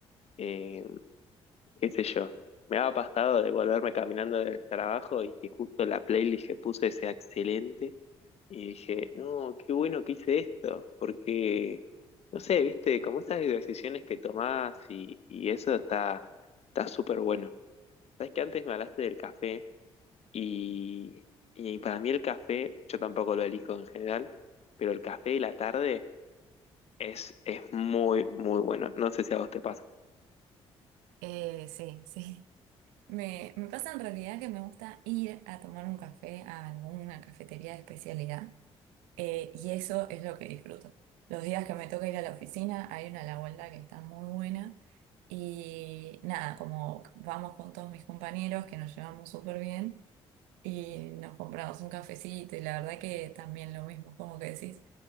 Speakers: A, on the left (about 55°); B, on the right (about 80°).
A: Eh, qué sé yo. Me ha pasado de volverme caminando del trabajo y que justo la playlist que puse sea excelente. Y dije, no, qué bueno que hice esto, porque, no sé, viste, como esas decisiones que tomás y, y eso está está súper bueno. Sabes que antes me hablaste del café y, y para mí el café, yo tampoco lo elijo en general, pero el café de la tarde es, es muy, muy bueno. No sé si a vos te pasa.
B: Eh, sí, <laughs> sí. Me, me pasa en realidad que me gusta ir a tomar un café a alguna cafetería de especialidad Eh, y eso es lo que disfruto. Los días que me toca ir a la oficina, hay una a la vuelta que está muy buena. Y nada, como vamos con todos mis compañeros que nos llevamos súper bien y nos compramos un cafecito y la verdad que también lo mismo, como que decís,